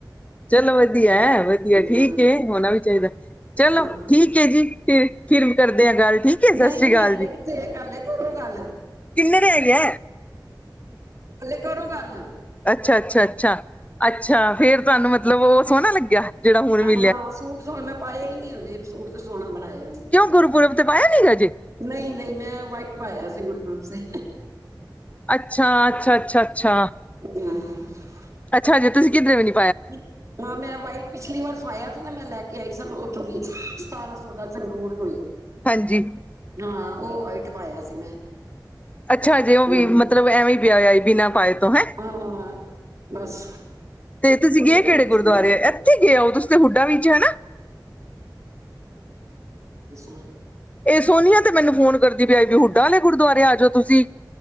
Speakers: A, on the left; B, on the right.
A: ਚਲੋ ਵਧੀਆ ਵਧੀਆ
B: ਹੂੰ
A: ਠੀਕ ਐ ਹੋਣਾ ਵੀ ਚਾਹੀਦਾ ਚਲੋ
B: ਹਾਂ
A: ਠੀਕ ਐ ਜੀ। ਫਿਰ ਫਿਰ ਕਰਦੇ ਆ ਗੱਲ ਠੀਕ ਐ ਸਤਿ
B: ਨਹੀਂ
A: ਸ਼੍ਰੀ ਅਕਾਲ
B: ਹਲੇ
A: ਜੀ।
B: ਕਿਥੇ ਹਲੇ ਕਰੋ ਗੱਲ
A: ਕਿੰਨੇ ਰਹਿ ਗੇ?
B: ਹਲੇ ਕਰੋ ਗੱਲ!
A: ਅੱਛਾ ਅੱਛਾ ਅੱਛਾ, ਅੱਛਾ ਫੇਰ ਤੁਹਾਨੂੰ ਮਤਲਬ ਉਹ ਸੋਹਣਾ ਲੱਗਿਆ? ਜਿਹੜਾ ਹੁਣ
B: ਹਾਂ
A: ਮਿਲਿਆ।
B: ਹਾਂ, ਸੂਟ ਸੋਹਣੇ ਮੈਂ ਪਾਏ ਹੀ ਨੀ ਹੱਲੇ ਸੂਟ ਤੇ ਸੋਹਣਾ ਬਣਾਇਆ!
A: ਕਿਉ ਗੁਰਪੁਰਬ ਤੇ ਪਾਇਆ ਨੀ ਅਜੇ!
B: ਨਹੀਂ -ਨਹੀਂ ਮੈਂ ਵਾਈਟ ਪਾਇਆ ਸੀ ਗੁਰੂਪੁਰਬ ਤੇ!
A: ਅੱਛਾ, ਅੱਛਾ, ਅੱਛਾ, ਅੱਛਾ,,,,,
B: ਹੱਮ, ਹਮ,,,
A: ਅੱਛਾ, ਹਜੇ ਤੁਸੀਂ ਕਿੱਧਰੇ ਵੇ ਨਈ,,
B: <inaudible> <inaudible> ਹਾਂ ਮੈਂ ਵਾਈਟ ਪਿਛਲੀ ਵਾਰ ਸਵਾਇਆ ਸੀ ਨਾ ਮੈਂ ਲੈ ਕੇ ਆਈ ਸੀ ਉੱਥੋਂ ਦੀ ਸਤਾਰਾਂ ਸੌ ਦਾ ਸੰਗਰੂਰ ਤੋਂ ਹੀ!
A: ਹਾਂਜੀ!
B: ਹਾਂ ਉਹ ਵਾਈਟ ਪਾਇਆ ਸੀ ਮੈਂ,
A: ਅੱਛਾ ਹਜੇ ਉਹ ਵੀ
B: ਹੂੰ,
A: ਮਤਲਬ ਐਵੇਂ ਹੀ ਪਿਆ ਹੋਇਆ ਬਿਨਾਂ ਪਾਏ! ਤੋਂ ਹੈਂ।
B: ਹਾਂ! ਬਸ,,,,
A: ਤੇ ਤੁਸੀਂ
B: ਉਹੀ
A: ਗਏ ਕਿਹੜੇ
B: ਪਿਆ
A: ਗੁਰਦੁਆਰੇ
B: ਸਿਆ ਉਥੇ,
A: ਇੱਥੇ ਗਏ ਹੋ ਤੁਸੀਂ ਤੇ ਹੁੱਡਾ ਵਿੱਚ ਹਨਾ।
B: <unintelligible> <unintelligible>
A: ਇਹ ਸੋਨੀਆ ਤੇ ਮੈਨੂੰ ਫੋਨ ਕਰਦੀ ਪਈ ਆ ਹੁੱਡਾ ਵਾਲੇ ਗੁਰਦੁਆਰੇ ਆ ਜਾਓ ਤੁਸੀ!